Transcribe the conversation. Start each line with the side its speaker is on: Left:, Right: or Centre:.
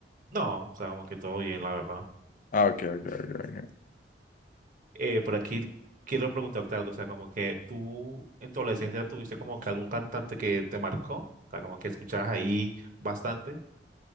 Right: No, o sea, como que todo bien, la verdad.
Left: Ah, ok, ok, ok. ok.
Right: Eh, por aquí quiero preguntarte algo, o sea, como que tú en tu adolescencia tuviste como que algún cantante que te marcó, o sea, como que escuchabas ahí bastante.